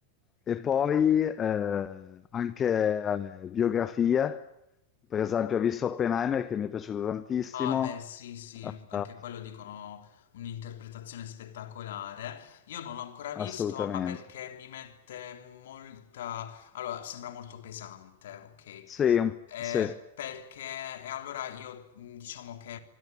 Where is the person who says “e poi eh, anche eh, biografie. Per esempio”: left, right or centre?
Left